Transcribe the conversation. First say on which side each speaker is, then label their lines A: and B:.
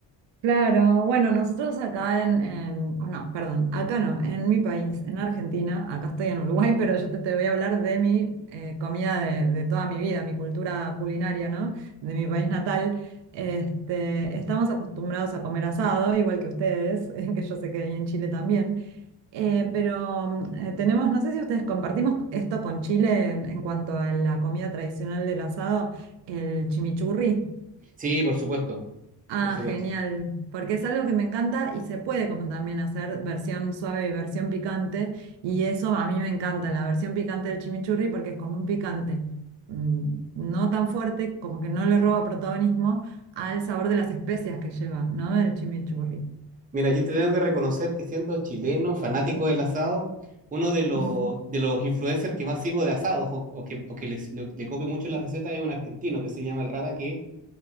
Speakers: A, on the right; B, on the right.
A: Claro, bueno, nosotros acá en, en- oh, no, perdón, acá no, en mi país, en Argentina, acá estoy en Uruguay, <laughs> pero yo te, te voy a hablar de mi eh, comida de, de toda mi vida, mi cultura culinaria, ¿no? De mi país natal. Este, estamos acostumbrados a comer asado, igual que ustedes, <laughs> que yo sé que hay en Chile también. Eh, pero mm, eh, tenemos, no sé si ustedes compartimos esto con Chile en, en cuanto a la comida tradicional del asado, el chimichurri.
B: Sí, por supuesto,
A: Ah,
B: por supuesto.
A: genial, porque es algo que me encanta y se puede como también hacer versión suave y versión picante, y eso a mí me encanta, la versión picante del chimichurri, porque es como un picante mm, no tan fuerte, como que no le roba protagonismo al sabor de las especias que lleva, ¿no? El chimichurri.
B: Mira, yo te tengo que reconocer que siendo chileno, fanático del asado, uno de los,
A: <laughs>
B: de los influencers que más sigo de asados o, o que, o que les- le, le copio mucho las recetas es un argentino que se llama El Rata, que